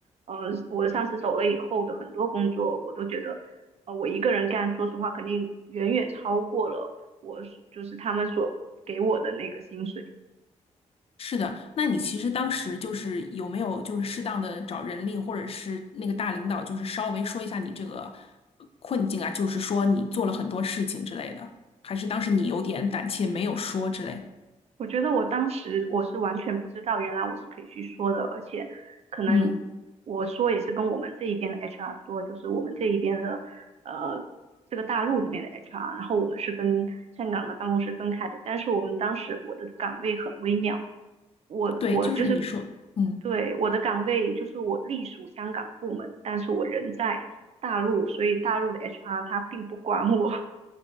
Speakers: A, on the right (about 55°); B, on the left (about 50°).
A: 呃，我的上司走了以后的很多工作，我都觉得，呃，我一个人干，说实话肯定远远超过了我所就是他们所给我的那个薪水。
B: 是的。那你其实当时就是有没有就是适当的找人力或者是那个大领导，就是稍微说一下你这个呃困境啊，就是说你做了很多事情之类的，还是当时你有点胆怯没有说之类？
A: 我觉得我当时我是完全不知道，原来我是可以去说的，而且可能
B: 嗯，
A: 我说也是跟我们这一边的 HR 说，就是我们这一边的呃这个大陆这边的 HR，然后我们是跟香港的办公室分开的，但是我们当时我的岗位很微妙，我我就是
B: 对，就是你说，嗯。
A: 对我的岗位就是我隶属香港部门，但是我人在大陆，所以大陆的 HR 他并不管我，